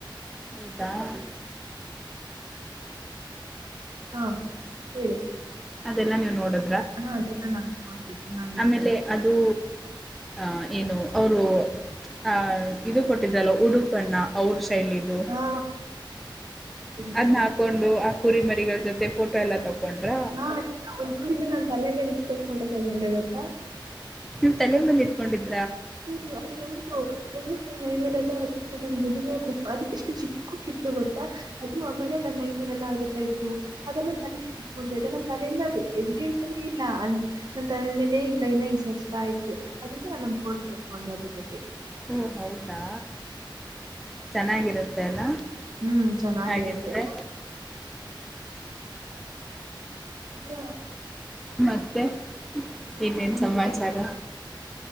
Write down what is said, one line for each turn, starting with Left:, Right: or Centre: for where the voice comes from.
Centre: ಹೌದಾ <inaudible>
Right: ಹಾ ಹೇಳಿ
Centre: ಅದೆಲ್ಲ ನೀವು ನೋಡೋದು
Right: <unintelligible> ಚೆನ್ನಾಗಿ
Centre: ಆಮೇಲೆ ಅದು ಅಹ ಏನು ಅವರು ಅಹ ಇದು ಕೊಟ್ಟಿದ್ರಲ್ಲ ಉಡುಪಣ ಏನಿದು
Right: ಹಾ ಹುಡ್ತೀನಿ
Centre: ಅದನ್ನ ಹಾಕೊಂಡು ಕುರಿಮರಿಗಳ ಜೊತೆ ಫೋಟೋ ಎಲ್ಲ ತಕೊಂಡ್ರ
Right: ಹಾ ಒಂದ್ ಕುೂಡಿಂದ ನಾನ್ ತಲೆ ಮೇಲೆ ಇಟ್ಕೊಂಡು ಫೋಟೋ ತೊಗೊಂಡೇವ ಗೊತ್ತಾ
Centre: ನೀವ್ ತಲೆ ಮೇಲೆ ಇಟ್ಕೊಂಡಿದಿ
Right: ಹ್ಮ್ ಅದು ಉಂಟು ಒಂದ್ ನ ನೈ ಮೇಲೆ ಎಲ್ಲ ಹಾಕಿ ನ ನಿಜಲ್ಲ ಕುಸ್ಕ ಅ್ರ ಎಷ್ಟು ಚಿಕ್ಕ ಕೂಗಿತ್ತು ಗೊತ್ತಾ ಅದು ಆಮೇಲೆ ನನ್ ಮೈ ಮೇಲೆಲ್ಲ ಜೊತಾ ಇತ್ತು ಅದಮೇಲೆ ತಲೆ ನನ್ ತಲೆಯಿಂದ ಎದ್ದ ಹೇಳ್ತಾನೆ ಇಲ್ಲ ಅ ನನ್ ತಾಯಮೇಲೆ ಹಿಂಗ ಕೈನ ಹಿಂಗ್ ಸರ್ತಾ ಆಯತತ್ತು ಅದಕ್ಕೆ ನಾ ನನ್ ಫೋಟ ತೊಕೊಂಡೆ ಅದಕ್ಕೆ
Centre: ಓ ಹೌದಾ ಚೆನ್ನಾಗಿರುತ್ತೆ ಅಲ್ಲ
Right: ಹ್ಮ್ ಚೆನ್ನಾಗಿರುತ್ತೆ
Centre: ಹಾಗಿದ್ರೆ
Right: ಹಲೋ
Centre: ಮತ್ತೆ ಇನ್ನೇನ್ ಸಮಾಚಾರ